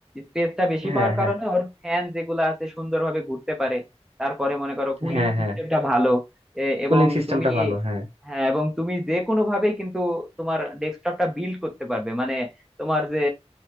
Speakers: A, in the centre; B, on the right.
A: স্পেসটা বেশি
B: হ্যাঁ
A: পাওয়ার
B: হ্যাঁ
A: কারণে ওর ফ্যান যেগুলো আছে সুন্দরভাবে ঘুরতে পারে তারপরে মনে করো কুলিং
B: হ্যাঁ
A: সিস্টেমটা
B: হ্যাঁ
A: ভালো এ- এবং
B: কুলিং সিস্টেমটা
A: তুমি
B: ভালো হ্যাঁ
A: হ্যাঁ এবং তুমি যে কোনো ভাবেই কিন্তু তোমার ডেস্কটপটা বিল্ড করতে পারবে মানে তোমার যে